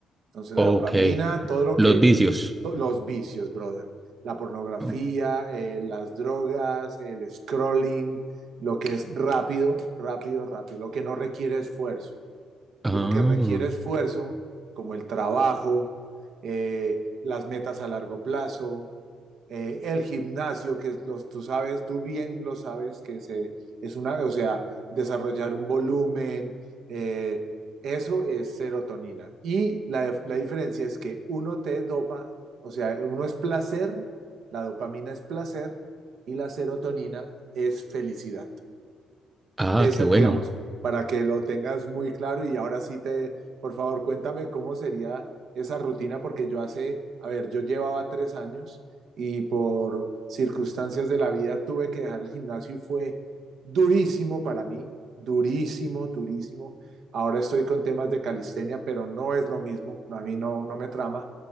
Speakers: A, on the right (about 70°); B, on the right (about 15°).
A: Entonces, la
B: Ok.
A: dopamina, todo lo
B: Los
A: que,
B: vicios.
A: to- los vicios, brother, la pornografía,
B: Oh,
A: eh, las drogas, el scrolling, lo que es rápido, rápido, rápido, lo que no requiere esfuerzo.
B: Ah,
A: Lo que requiere esfuerzo, como el trabajo, eh, las metas a largo plazo, eh, el gimnasio, que los, tú sabes, tú bien lo sabes, que se, es una, o sea, desarrollar un volumen, eh, eso es serotonina. Y la, la diferencia es que uno te dopa, o sea, uno es placer, la dopamina es placer y la serotonina es felicidad
B: ah,
A: esa,
B: qué bueno.
A: digamos, para que lo tengas muy claro y ahora sí te, por favor, cuéntame cómo sería esa rutina, porque yo hace, a ver, yo llevaba tres años y por circunstancias de la vida tuve que dejar el gimnasio y fue durísimo para mí, durísimo, durísimo. Ahora estoy con temas de calistenia, pero no es lo mismo, a mí no, no me trama.